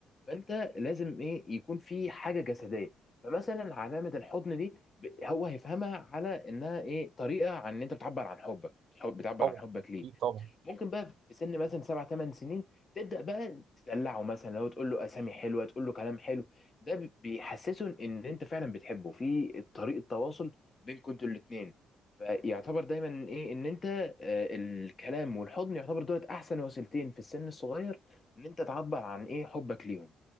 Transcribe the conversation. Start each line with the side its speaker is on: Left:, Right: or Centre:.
Left: فانت لازم ايه يكون في حاجه جسديه فمثلا علامه الحضن دي ب- هو هيفهمها على انها ايه طريقه عن ان انت بتعبر عن حبك بتحب- بتعبر
Right: طبعا
Left: عن حبك ليه
Right: أكيد طبعا
Left: ممكن بقى في سن مثلا سبع ثمان سنين تبدأ بقى تدلعه مثلا لو تقول له أسامي حلوة تقول له كلام حلو ده بي- بيحسسه إن أنت فعلا بتحبه في طريقة تواصل بينكم انتوا الاتنين فيعتبر دايما إيه إن أنت آه، الكلام والحضن يعتبر دولت أحسن وسيلتين في السن الصغير إن أنت تعبر عن إيه حبك ليهم